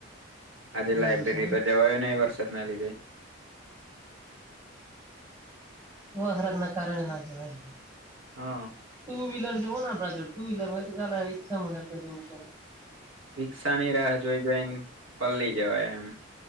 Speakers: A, on the right; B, on the right.
A: આજે લાયબ્રેરી
B: એવું છે એમ
A: તો જવાયો નહી વરસાદ ના લીધે.
B: વો હરાદના કારણે ના કેવાય.
A: હા.
B: ટુ વ્હીલર જો હો ને આપ જો ટુ વ્હીલર હોય તો ચાલે રીક્ષામાં બ જવુ પડે.
A: રિક્ષા ની રાહ જોઈ જઈને પલી જવાય એમ.